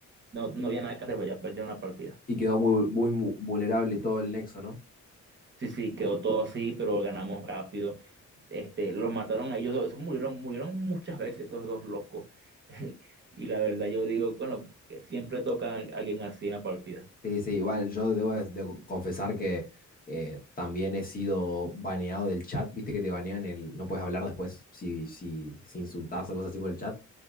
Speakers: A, on the right; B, on the left.
A: no había nada que hacer, pues ya perdieron la partida.
B: Y quedó muy, muy mu- vulnerable todo el nexo, ¿no?
A: Sí, sí, quedó todo así, pero ganamos rápido. Este, los mataron a ellos dos, esos murieron, murieron muchas veces esos dos locos. <laughs> Y la verdad yo digo, bueno, que siempre toca a alguien así en la partida.
B: Sí, sí, igual yo debo de- de confesar que eh, también he sido baneado del chat, viste que te banean el, no puedes hablar después si, si, si insultás o cosas así por el chat.